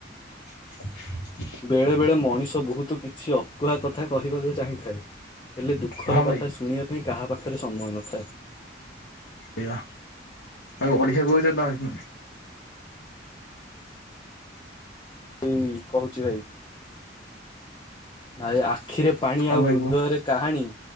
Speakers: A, on the left; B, on the left.
A: <inaudible>
B: ବେଳେ ବେଳେ ମଣିଷ ବହୁତୁ କିଛି ଅ ଅକୁହା କଥା କହିବାକୁ ଚାହିଁଥାଏ ହେଲେ ଦୁଃଖର
A: ହଁ ଭାଇ
B: କଥା ଶୁଣିବା ପାଇଁ କାହା ପାଖରେ ସମୟ ନଥାଏ।
A: ଏଇ ବା ଆଉ ବଢିଆ କହୁଚ ତମେ।
B: ଏଇ କହୁଚି ଭାଇ- ଭାଇ ଆଖିରେ ପାଣି
A: ହଁ
B: ଆଉ
A: ଭାଇ
B: ହୃଦୟରେ
A: କୁହ
B: କାହାଣୀ